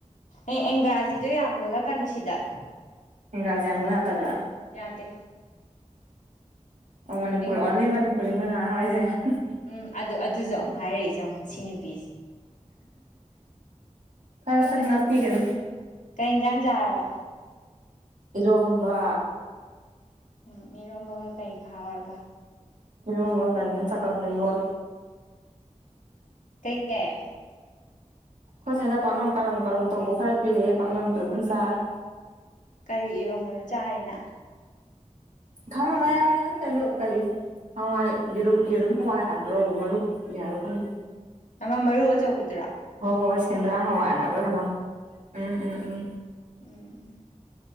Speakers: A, on the left; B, on the right.
A: ꯑꯦ ꯑꯦꯡꯒ꯭ꯔꯥꯖꯤꯗꯣ ꯌꯥꯝ ꯂꯣꯜꯂꯛꯀꯅꯨ ꯁꯤꯗ
B: ꯏꯪꯒ꯭ꯔꯥꯖꯤ ꯌꯥꯝ ꯂꯣꯟ ꯌꯥꯗꯕ꯭ꯔꯥ
A: ꯌꯥꯗꯦ
B: ꯑꯣ ꯃꯅꯤꯄꯨꯔ
A: ꯑꯦꯡ
B: ꯑꯣꯟꯂꯤ ꯃꯅꯤꯞ <unintelligible>
A: ꯎꯝ ꯑꯗꯨ ꯑꯗꯨꯖꯨ ꯑꯃꯨꯛ ꯍꯥꯏꯔꯛꯏꯖꯦ ꯌꯦꯡꯉꯣ ꯁꯤ ꯅꯨꯄꯤꯖꯦ
B: ꯐꯔꯦ ꯐꯔꯦ ꯉꯥꯛꯄꯤꯒꯅꯤ
A: ꯀꯩ ꯏꯟꯖꯥꯡ ꯆꯥꯔꯕ
B: ꯏꯔꯣꯝꯕ
A: ꯎꯝ ꯏꯔꯣꯝꯕꯒ ꯀꯩꯒ ꯍꯥꯎꯔꯤꯕ
B: ꯏ ꯃ ꯀꯅꯦ ꯆꯀꯒ ꯋꯥ
A: <unintelligible>
B: ꯑꯩꯈꯣꯏꯁꯤꯅ ꯄꯥꯛꯅꯝ ꯀꯔꯝ ꯀꯔꯝ ꯇꯧꯕ ꯈꯔ ꯄꯤꯔꯛꯑꯦ ꯄꯥꯛꯅꯝꯁꯨ ꯑꯗꯨꯝ ꯆꯥꯔ
A: ꯀꯔꯤ ꯑꯦꯔꯣꯅꯕꯥꯅꯣ ꯆꯔꯤꯅꯥ꯫
B: <unintelligible> ꯃꯌꯥꯝ ꯃ ꯀꯔꯤ ꯍꯋꯥꯏ ꯌꯦꯨꯝ ꯌꯦꯔꯨꯝ ꯍꯋꯥꯏ ꯍꯥꯏꯕ꯭ꯔꯣ ꯃꯔꯨ ꯈꯣꯛꯄꯤ ꯍꯥꯏꯕꯣ ꯈꯪꯗꯦ
A: ꯃꯃ ꯃꯔꯨ ꯑꯆꯧꯕꯗꯨꯔ
B: ꯍꯣꯏ ꯍꯣꯏ ꯁꯦꯟꯗ꯭ꯔꯥꯡ ꯍꯋꯥꯏ ꯍꯥꯏꯕ꯭ꯔꯥ ꯀꯩꯅꯣ ꯎꯝ ꯎꯝ ꯎꯝ
A: ꯎꯝ